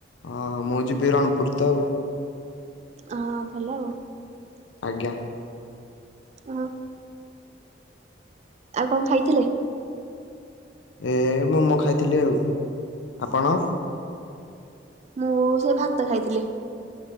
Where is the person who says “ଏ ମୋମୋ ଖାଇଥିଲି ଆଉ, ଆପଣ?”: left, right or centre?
Left